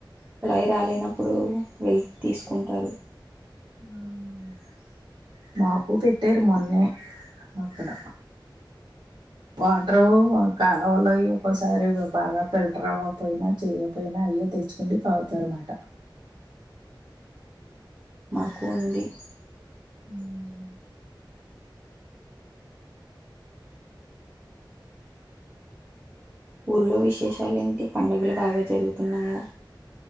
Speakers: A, on the right; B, on the right.
A: కుళాయి రాలేనప్పుడు వెళ్ తీసుకుంటారు.
B: హుహ్ మాకు పెట్టేరు మొన్నే. మెక్కడ వాటరు కాలవ వల్ల వియోపోస్ తరివిగ్ బాగా ఫిల్టర్ అవ్వ పోయినా, చేయ్య పోయినా, అయ్యే తెచ్చుకుండి తాగుతారు మాట.
A: మన్క్ ఉంది
B: హుహ్
A: ఊర్లో విశేషాలు ఏంటి పండుగలు బాగా జరుగుతున్నాయా.